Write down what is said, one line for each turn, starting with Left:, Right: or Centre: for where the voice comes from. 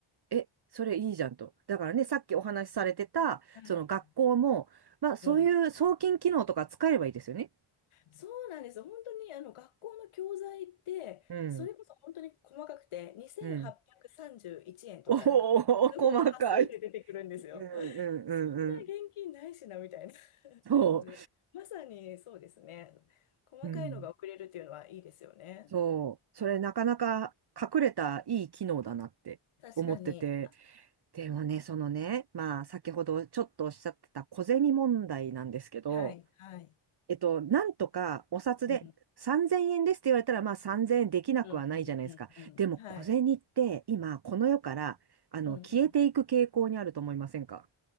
Right: え、それいいじゃんと。だからね、さっきお話しされてた、
Left: はい。
Right: その学校も、まあ、そういう送金機能とか使えばいいですよね。
Left: うん。そうなんです本当にあの学校の教材って、
Right: うん、
Left: それこそ本当に細かくて、2831円とか、
Right: うん。お
Left: なんか、すごい端数で出てくるんですよ。
Right: お、細かい。うん、うん、
Left: <laughs>
Right: うん、
Left: そんな現金ないしな、
Right: うん。
Left: みたいな。<laughs> っていうので、
Right: そ
Left: まさにそうですね。細かいのが送れるっていうのはいいですよね。
Right: う。うんそう、それなかなか隠れたいい機能だなって思ってて、
Left: 確かに。
Right: でもね、そのね、まあ先ほどちょっとおっしゃってた小銭問題なんですけど、
Left: はい、はい。
Right: えっと、なんとかお札で3000円ですって言われたら、
Left: うん、
Right: まあ3000円できなくはないじゃないですか。
Left: うん、うん、うん、うん。
Right: でも小銭って今この世からあの消えていく傾向にあると思いませんか
Left: はい。うん、うん。